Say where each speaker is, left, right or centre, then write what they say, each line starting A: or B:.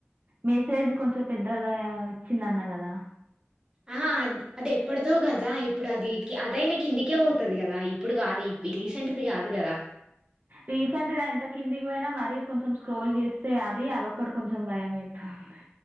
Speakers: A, on the right; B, on the right.
A: మెసేజ్ కొంచెం పెద్దగా ఇచ్చిందన్న కదా
B: ఆ హ అది ఎప్పటిదో కదా ఇప్పుడు అది అదయినా కిందికే పోతది కదా ఇప్పుడు కాదు రీసెంట్ ది కాదు గదా
A: రీసెంట్గా ఎంత కిందికి పోయినా మరి కొంచెం స్క్రోల్ చేస్తే అది అదొకటి కొంచెం భయం అయితాంది